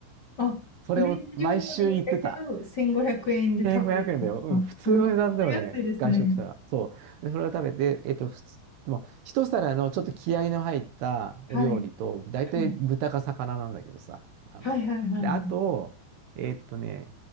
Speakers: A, on the left (about 30°); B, on the right (about 70°).
A: あ、
B: それを毎週行ってた。
A: フレンチ料理だけど1500円で食べれるんですか。
B: 1500円だよ。うん、普通の値段だよね。
A: めっちゃ安いですね。
B: 外食したら。そう。で、それを食べて、えっと、普通、でも、一皿のちょっと気合いの入ったお料理と、
A: はい。
B: 大体豚か魚なんだけどさ。
A: は
B: あの、
A: いはいはい。
B: で、あと、えっとね、